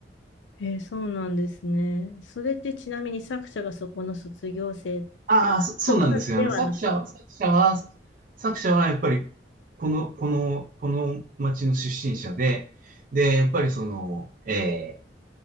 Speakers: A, on the left; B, on the right.
A: えーそうなんですね。それってちなみに作者がそこの卒業生
B: ああ、そそうなんですよ。
A: とかではなくて。
B: あの、作者は、作者は、作者はやっぱり、この、この、この町の出身者で、で、やっぱりその、えー